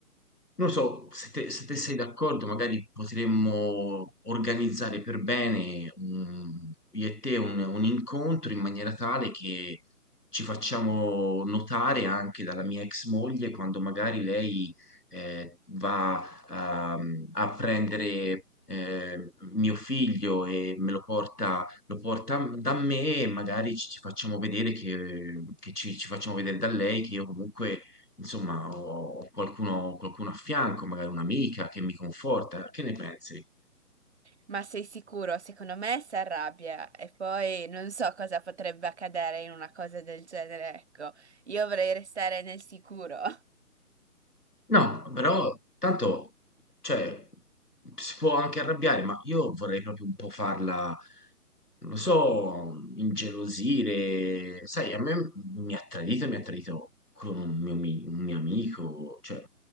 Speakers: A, on the left (about 85°); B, on the right (about 45°).
A: non so, se te, se te sei d'accordo, magari potremmo organizzare per bene un- io e te un, un incontro in maniera tale che ci facciamo notare anche dalla mia ex moglie quando magari lei eh, va ehm, a prendere eh, mio figlio e me lo porta, lo porta da me e magari ci, ci facciamo vedere che, che ci, ci facciamo vedere da lei che io comunque insomma, ho ho qualcuno, qualcuno a fianco, magari un'amica che mi conforta. Che ne pensi?
B: Ma sei sicuro? Secondo me si arrabbia e poi non so cosa potrebbe accadere in una cosa del genere, ecco. Io vorrei restare nel sicuro. <laughs>
A: No, però tanto, cioè, si può anche arrabbiare, ma io vorrei proprio un po' farla, non lo so, ingelosire. Sai, a me mi ha tradito, mi ha tradito con un mio, ami- un mio amico, cioè,